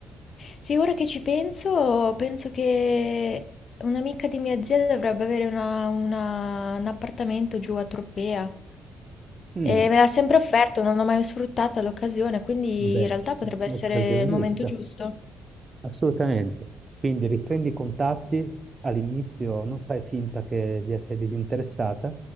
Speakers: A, on the left; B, on the right.
A: Sì, ora che ci penso, penso che un'amica di mia zia dovrebbe avere una- una- un appartamento giù a Tropea.
B: Mm,
A: E me l'ha sempre offerto, non ho mai sfruttata l'occasione, quindi
B: vabbè,
A: in realtà
B: ci-
A: potrebbe
B: l'occasione
A: essere il
B: giusta.
A: momento giusto.
B: Assolutamente. Quindi riprendi i contatti all'inizio, non fai finta che di essere disinteressata,